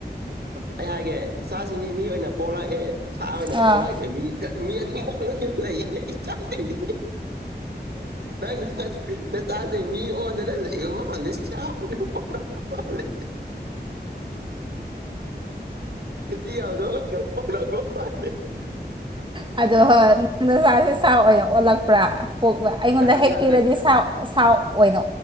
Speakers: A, on the right; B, on the right.
A: ꯑꯩ ꯍꯥꯏꯒꯦ ꯏꯆꯥꯁꯤꯡꯗꯤ ꯃꯤ ꯑꯣꯏꯅ ꯄꯣꯛꯂꯛꯑꯦ ꯁꯥ ꯑꯣꯏꯅ
B: ꯑꯥ
A: ꯄꯣꯛꯂꯛꯛꯇꯦ ꯃꯤ ꯑꯗꯨ ꯂꯩ ꯀꯁꯤꯡꯤꯡꯗꯤ ꯅꯪ ꯅꯪ ꯆꯥꯖꯩ ꯃꯤ ꯑꯣꯟꯗꯅ ꯂꯩꯕ ꯃꯥꯜꯂꯦ ꯆꯥꯎꯥꯅꯣ ꯃꯥꯜꯂꯤ ꯠꯇꯤ ꯌꯥꯎꯗꯄ ꯄꯦ
B: ꯑꯗꯣ ꯍꯣꯏ ꯅꯪꯗ ꯆꯥꯁꯦ ꯁꯥꯎ ꯑꯣꯏꯅ ꯑꯣꯜꯂꯛꯄ꯭ꯔꯥ ꯑꯩꯉꯣꯟꯗ
A: ꯀꯔꯝ
B: ꯍꯦꯛ
A: ꯀꯥꯟꯗ
B: ꯄꯤꯔꯗꯤꯥꯎ ꯊꯥꯎ ꯑꯣꯏꯅ